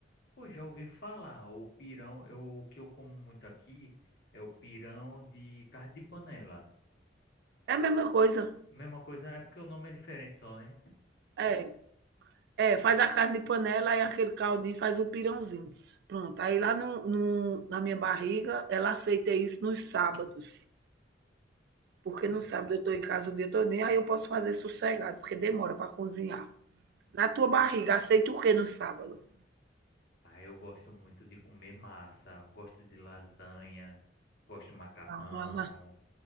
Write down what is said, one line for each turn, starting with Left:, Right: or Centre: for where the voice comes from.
Left: pô, já ouvi falar. O pirão, eu, o que eu como muito aqui é o pirão de carne de panela.
Right: É a mesma coisa.
Left: Mesma coisa, é porque o nome é diferente só, né?
Right: É, é, faz a carne de panela e aquele caldinho faz o pirãozinho. Pronto. Aí lá no, no- na minha barriga, ela aceita isso nos sábados. Porque
Left: Oxi.
Right: no sábado eu estou em casa o dia todinho, aí eu posso fazer sossegado, porque demora para cozinhar. Na tua barriga, aceita o quê no sábado?
Left: Ah, eu gosto muito de comer massa, gosto de lasanha, gosto de macarrão.
Right: <laughs>